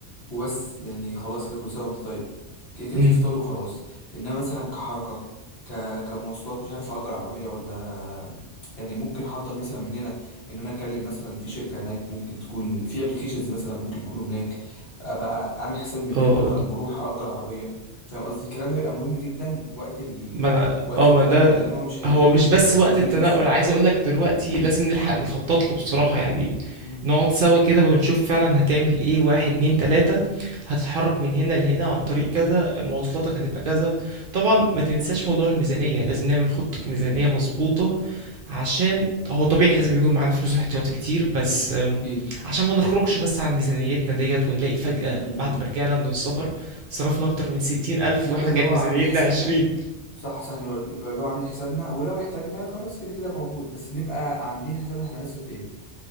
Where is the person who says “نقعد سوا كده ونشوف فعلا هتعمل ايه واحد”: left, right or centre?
Right